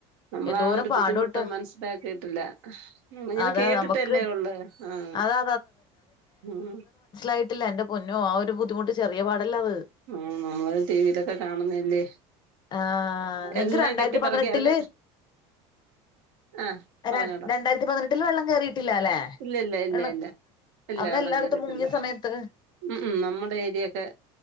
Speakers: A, on the right; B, on the left.
A: നമ്മളാ
B: എന്തോരം
A: ഒര്
B: പാടോട്ടാ
A: ബുദ്ധിമുട്ട് മൻസ്സ്ലാക്കി ല്ലാ ഉം ഇങ്ങെനെ
B: അതാ
A: കേട്ടിട്ടെല്ലേ
B: നമുക്ക്
A: ഒള്ള് ആഹ്
B: അതാ
A: ഉം
B: ആയ്ട്ടില്ല എന്റെ പൊന്നോ ആ ഒരു ബു ദ്ധിമുട്ട് ചെറിയ പാടല്ല അത്
A: ആഹ് നമ്മള് ടി വിയിലൊക്കെ കാണുന്നല്ലേ
B: ആഹ് നിങ്ങ്ക്ക്
A: എല്ലാം
B: രണ്ടായ്ര്ത്തി
A: കെട്ടിപ്പറക്കി
B: പതിനെട്ട്ല്
A: അവര് ആഹ് പറഞ്ഞോടാ
B: ര രണ്ടായ്ര്ത്തി പതിനെട്ടില് വെള്ളം കേറീട്ടില്ലാലേ
A: ഇല്ല ഇല്ല ഇല്ല
B: വെള്ളം
A: ഇല്ല ഇല്ല
B: അന്നെല്ലാട്ത്തും
A: വെള്ളം കേറിയിട്ടില്ല
B: മുങ്ങ്യ സമയത്ത്
A: ഉം ഉം നമ്മുടെ ഏര്യൊക്കെ